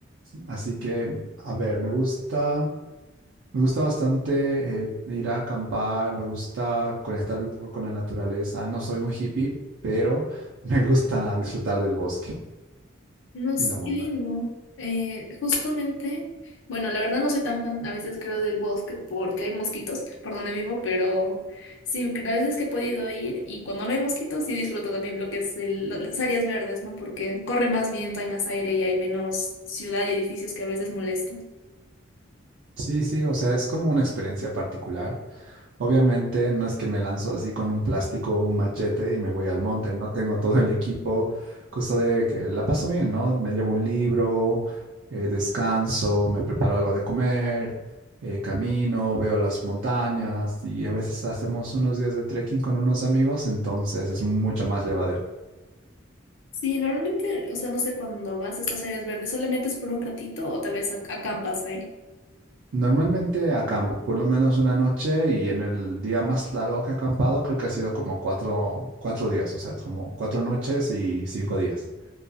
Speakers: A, on the right; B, on the left.
A: Así que, a ver, me gusta. Me gusta bastante eh, ir a acampar, me gusta conectarme un poco con la naturaleza. No soy un hippie, pero <laughs> me gusta disfrutar del bosque
B: No sé,
A: y la montaña.
B: qué lindo. Eh, justamente, bueno, la verdad no soy tan fan, a veces creo, del bosque porque hay mosquitos por donde vivo, pero sí, a veces que he podido ir y cuando no hay mosquitos sí disfruto también lo que es el- lo- las áreas verdes, ¿no? Porque corre más viento, hay más aire y hay menos ciudad y edificios que a veces molestan.
A: Sí, sí, o sea, es como una experiencia particular. Obviamente no es que me lanzo así con un plástico o un machete y me voy al monte, no tengo todo el equipo, cosa de que la paso bien, ¿no? Me llevo un libro, eh, descanso, me preparo algo de comer, eh, camino, veo las montañas y a veces hacemos unos días de trekking con unos amigos, entonces es mucho más llevadero.
B: Sí, normalmente, o sea, no sé, cuando vas a estas áreas verdes, solamente es por un ratito o tal vez ac- acampas ahí.
A: Normalmente acampo por lo menos una noche y en el día más largo que he acampado creo que ha sido como cuatro, cuatro días, o sea, como cuatro noches y cinco días.